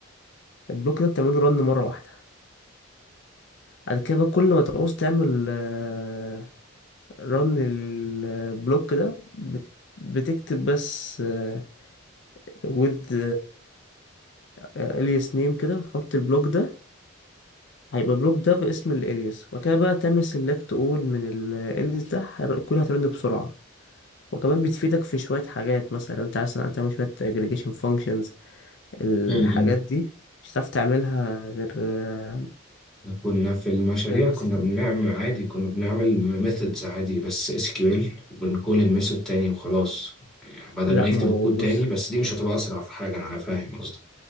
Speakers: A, on the left; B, in the centre.
A: البلوك ده بتعمله رن مره واحده بعد كده بقى كل ما تعوز تعمل آه، رن للبلوك ده بت- بتكتب بس آه، with اليس name كده وتحط البلوك ده هيبقى البلوك ده باسم الاليس وكده بقى تعمل سيلكت اول من الاليس ده هير- كل هترن بسرعة وكمان بتفيدك في شوية حاجات مثلا لو انت عايز تعمل شوية aggregation functions الحاجات
B: امم
A: دي مش هتعرف تعملها غير آه،
B: كنا في المشاريع
A: غير بس
B: كنا
A: دي.
B: بنعمل عادي كنا بنعمل ميثودز عادي بس اس كيو ال وبنقول الميثود تاني وخلاص يعني بدل
A: لا
B: ما نكتب
A: ما هو
B: الكود تاني
A: بص
B: بس دي مش هتبقى اسرع في حاجه انا فاهم قصدك